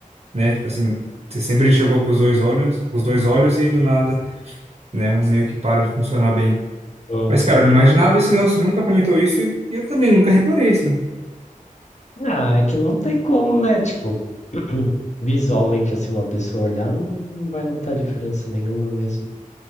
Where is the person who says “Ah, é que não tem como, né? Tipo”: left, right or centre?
Left